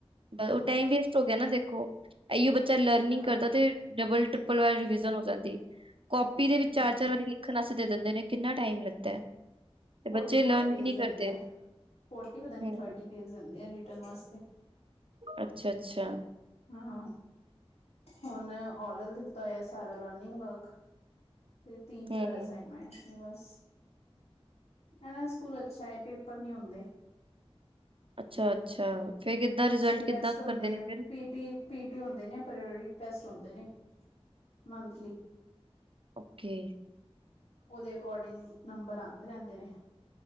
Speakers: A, on the right (about 55°); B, on the left (about 70°).
A: ਉਹ ਟਾਈਮ ਵੇਸਟ ਹੋ ਗਿਆ ਨਾ ਦੇਖੋ ਇਹੀਓ ਬੱਚਾ ਲਰਨਿੰਗ
B: ਹਾਂ
A: ਕਰਦਾ ਤੇ ਡਬਲ ਟ੍ਰਿਪਲ ਵਾਰ ਰਿਵਿਜ਼ਨ ਹੋ ਜਾਂਦੀ ਕੋਪੀ ਦੇ ਵਿੱਚ
B: ਹਮ
A: ਚਾਰ ਚਾਰ ਵਾਰੀ ਲਿਖਣ ਵਾਸਤੇ ਦੇ ਦਿੰਦੇ ਨੇ ਕਿੰਨਾ ਟਾਈਮ ਲੱਗਦਾ ਹੈ। ਤੇ
B: ਫੋਰਟੀ
A: ਬੱਚੇ ਲਰਨ
B: ਫੋਰਟੀ ਪੇਜ਼
A: ਵੀ ਨਹੀਂ
B: ਦਿੰਦੇ
A: ਕਰਦੇ
B: ਆ ਫੋਰਟੀ ਪਤਾ
A: ਹੂੰ
B: ਥਰਟੀ ਪੇਜ਼ ਦਿੰਦੇ ਆ ਰਿਟਰਨ ਵਾਸਤੇ
A: ਅੱਛਾ- ਅੱਛਾ।
B: ਹਾਂ ਹੁਣ ਔਰਲ ਦਿੱਤਾ ਹੈ ਸਾਰਾ ਲਰਨਿੰਗ ਵਰਕ ਤੇ ਤਿੰਨ ਚਾਰ
A: ਹੂੰ
B: ਅਸਾਈਨਮੈਂਟ ਬਸ ਮੈਮ ਇਹ ਸਕੂਲ ਅੱਛਾ ਹੈ ਪੇਪਰ ਨੀ ਹੁੰਦੇ
A: ਅੱਛਾ ਅੱਛਾ ਫਿਰ ਕਿੱਦਾਂ ਰਿਜ਼ਲਟ
B: ਸਿਰਫ ਟੈਸਟ
A: ਕਿੱਦਾਂ
B: ਹੁੰਦੇ
A: ਕਰਦੇ ਨੇ
B: ਆ
A: ਫਿਰ
B: ਪੀਟੀ ਪੀਟੀ ਹੁੰਦੇ ਨੇ <unintelligible> ਟੇਸਟ ਹੁੰਦੇ ਨੇ ਮਨਥਲੀ
A: ਓਕੇ
B: ਉਹਦੇ ਅਕੋਰਡਿੰਗ ਨੰਬਰ ਆਉਂਦੇ ਰਹਿੰਦੇ ਨੇ